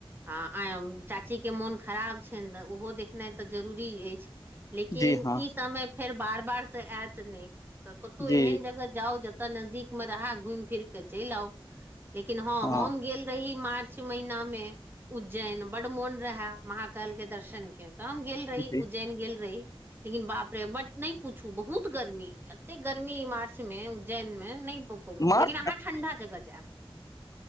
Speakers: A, on the right; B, on the left.
A: आ- आ चाचीके मोन खराब छैन तऽ ओहो देखनाय तऽ जरूरी अैछ। लेकिन
B: जी हँ
A: इ समय फेर बार बार तऽ ऐत ने तऽ कतौ
B: जी
A: एहन जगह जाउ जतऽ नजदीक मे रहा घुमि फिर के चैल आउ। लेकिन ह
B: हँ
A: हम गेल रही मार। च महिना मे उज्जैन बड मोन रहे महाकाल के दर्शन के। तहन गेल रही
B: जी
A: उज्जैन गेल रही। लेकिन बाप रे बट नैय पूछू बहुत गर्मी एते गर्मी मार्च। च मे उज्जैन में लेकिन
B: मार्च
A: अहाँ ठंडा जगह जेइब।